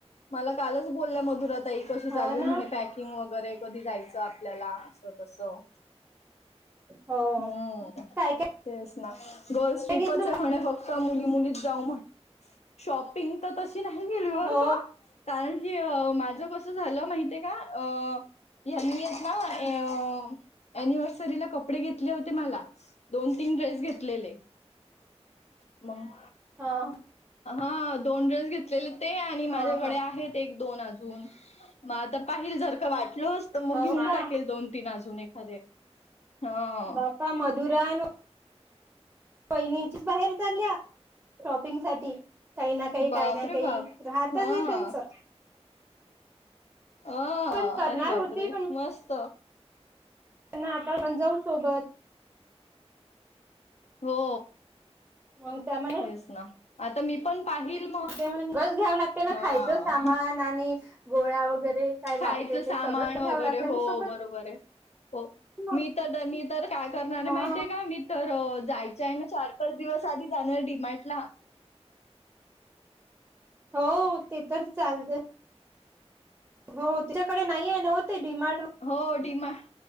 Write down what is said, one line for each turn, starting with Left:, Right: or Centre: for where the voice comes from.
Left: मला कालच बोलल्या मधुराताई कशी चालू
Right: हो
Left: आहे
Right: ना
Left: म्हणे पॅक किंग वगैरे कधी जायचं आपल्याला असं तसं.
Right: हो
Left: हम्म
Right: काय काय.
Left: तेच ना गर्ल्स ट्रीपच
Right: घेतलं
Left: आहे म्हणे फक्त मुली मुलीच जाऊ म्हण शॉपिंग तर तशी नाही गेली होर
Right: हो
Left: का कारण की माझं कसं झालं माहिती आहे का? अ ना अनिव्हर्सरी क कपडे घेतले होते मला दोन तीन ड्रेस घेतलेले. मग
Right: हा.
Left: हा दोन ड्रेस घेतलेले ते. आणि
Right: ह
Left: माझ्याकडे
Right: ह
Left: आहेत. एक दोन अजून. म आता पाहिल जरका वाटलंस. तर मग
Right: हो
Left: घेऊन
Right: का
Left: टाकेल दोन तीन अजून, एखादे. हा
Right: बापा मधुरा न वहिणीची बाहेर चालल्या. शॉपिंग साठी. काही ना काही,
Left: बापरे
Right: काही ना काही,
Left: बाप
Right: राहतच
Left: हा
Right: बाई त्यांचं.
Left: अ.
Right: पण करणार
Left: अरे बापरे.
Right: होती
Left: मस्त.
Right: त्यानं आता पंण जाऊ सोबत.
Left: हो.
Right: मग त्याम
Left: तेच ना. आता मी पण पाहिल मग
Right: गज घ्यावं लागते ना.
Left: हा
Right: खायचं सामान आणि गोळ्या वगैरे. काय
Left: खायचं
Right: लागते
Left: सामान
Right: ते सगळं
Left: वगैरे.
Right: घ्यावं लागतं
Left: हो
Right: ना सोबत
Left: बरोबरे. हो.
Right: मग
Left: मी त मी तर काय करणारे
Right: हा.
Left: माहिते का? मी तर जायच्याय ना, चार पाच दिवस आधी डी मार्टला.
Right: हो. ते तर चालत. हो. तुच्याकडे नाहीय नव ते डिमार्ट
Left: हो डीमार्ट